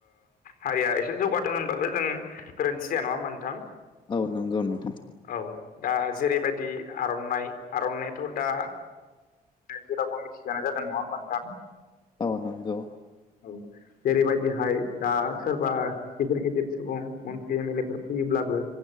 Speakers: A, on the left; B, on the left.
A: हारिया एसे जौगादों होनबाबो जों गोरोन्थि जया नङा मोना नोंथां
B: औ नंगौ नोंथां
A: औ दा जेरैबायदि आर'नाइ आर'नानायाथ' दा जेरावबो मिथिजानाय जादों नङा होमा नोंथां
B: औ नंगौ
A: औ जेरैबायदिहाय दा सोरबा बेफोर गेदेर सुबुं मन्त्रि एम एल ए फोर फैयोब्लाबो